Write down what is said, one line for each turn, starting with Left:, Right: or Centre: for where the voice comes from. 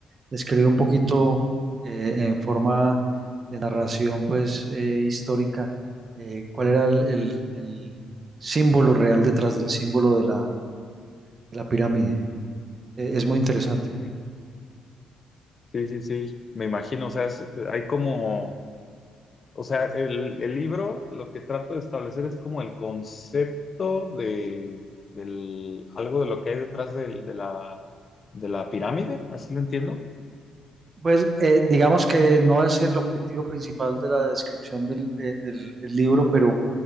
Right: describe un poquito
Left: ujú,
Right: eh, en forma de narración pues eh, histórica eh, cuál era el, el- el símbolo real detrás del símbolo de la, de la pirámide. Eh, es muy interesante.
Left: ujú. Sí, sí, sí, me imagino, o sea, es- hay como... O sea, el, el libro lo que trato de establecer es como el concepto de del, algo de lo que hay detrás del- de, la, de la pirámide, así lo entiendo.
Right: Pues eh, digamos que no es el objetivo principal de la descripción del, de- del- del libro, pero